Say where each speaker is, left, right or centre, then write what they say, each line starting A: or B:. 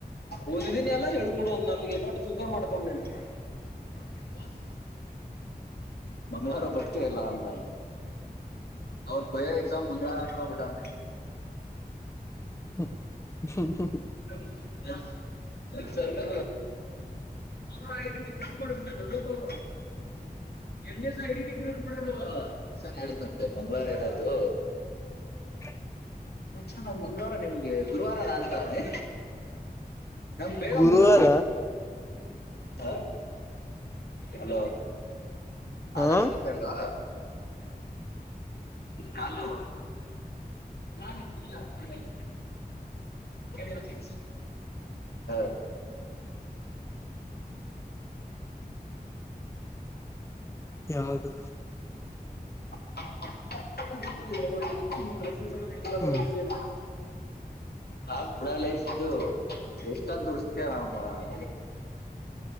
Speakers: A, on the left; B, on the left.
A: ಓಸುದಿನಿ ಎಲ್ಲ ಹೇಳ್ ಕೊಡು ಅಂದ್ರೆ ನಮಗೆ ಸುಖ ಮಾಡು. ತಲ್ಲಿಂದ್ರೋ, ಬಿಗ್ ಬಾಸ್. ಮಂಗಳವಾರ ಬರ್ತಿ ಇಲ್ಲಾ ಅಂತ ಅವ್ರು ಬೈಲ್ ಎಕ್ಸಾಮ ಮುಂದೆ ಹಾಳಕೋ ವಿಧಾನ ಫ್ರೆಂಡ್ಸ್.
B: ಹ್ಮ ಹ್ಮ್ ಹ್ಮ್
A: ಕೆಲಸ ತಾನೇ ಅವ್ರ ಇದುಕಿ ಗಂಡು ಕೊಡ್ಸುದ್ನಲ್ಲ ಲೋಪಭ. ಎನ್ ಎಸ್ ಐ ಡಿ <unintelligible> ತಶ್ಯನ್ ಹೇಳ್ತಂತೆ ಮಂಗಳವಾರ ಇರೋದು.
B: <inaudible>
A: ಮಚೆ ನಾ ಮಂಗಳವಾರ ಬಂದಿದೆ ಗುರುವಾರ ನಾಲ್ತೆ. ನಮ್ ಬೇಗ
B: ಗುರುವಾರ
A: ಮುಳುಗೋಗು. ಹ ಹಲೋ
B: ಹಾ
A: ಆದರ್ಶ ಸಿಕ್ಕಲ್ವಾ ನಾಲು ನಾನು ಸರ್ ಎಲ್ ಎಲ್ ಪಿ ಹಾ ಅ
B: ಯಾವುದು
A: <unintelligible> ದ್ದ <unintelligible>
B: ಹ್ಮ್
A: ಹಾಯ್ ಭುವನೇಶ್ ಇದು ಎಷ್ಟೊಂದು ದುರಿಸ್ಯ ಮಾಯಿ.